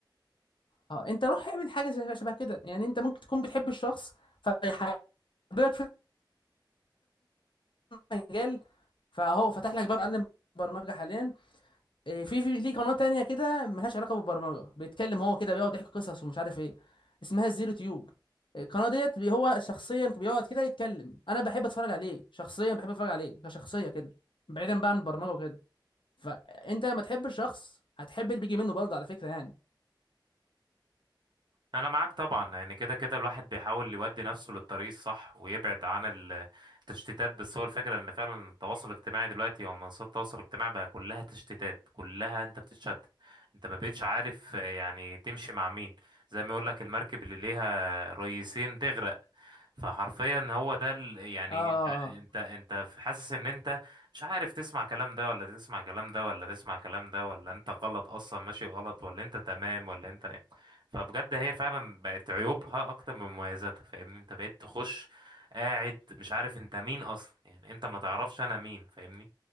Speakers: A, on the left; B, on the right.
A: اه انت روح اعمل حاجه زي- شبه كده يعني انت ممكن تكون بتحب الشخص فيحببك في مجال فهو فتح لك باب اتعلم برمجه حاليا إيه، في في ليه قناه تانية كده ملهاش علاقه بالبرمجه بيتكلم هو كده بيقعد يحكي قصص ومش عارف ايه اسمها الزيرو تيوب آه، القناه ديت بي- هو شخصيا بيقعد كده يتكلم انا بحب اتفرج عليه شخصيا بحب اتفرج عليه كشخصيه كده بعيدا بقى عن البرمجه وكده فانت لما تحب الشخص هتحب اللي بيجي منه برضه على فكره يعني
B: انا معاك طبعا يعني كده كده الواحد بيحاول يودي نفسه للطريق الصح ويبعد عن ال- التشتيتات بس هو الفكره ان فعلا التواصل الاجتماعي دلوقتي او منصات التواصل الاجتماعي بقى كلها تشتيتات كلها انت بتتشتت انت ما بقتش عارف آه، يعني تمشي مع مين زي ما يقول لك المركب اللي ليها ريسين تغرق فحرفيا هو ده ال... يعني
A: اه اه
B: انت انت
A: اه
B: انت في- حاسس ان انت مش عارف تسمع كلام ده ولا تسمع كلام ده ولا تسمع كلام ده ولا انت غلط اصلا ماشي غلط ولا انت تمام ولا انت ايه. فبجد هي فعلا بقت عيوبها اكتر من مميزاتها فاهمني انت بقيت تخش قاعد مش عارف انت مين اصلا يعني انت ما تعرفش انا مين فاهمني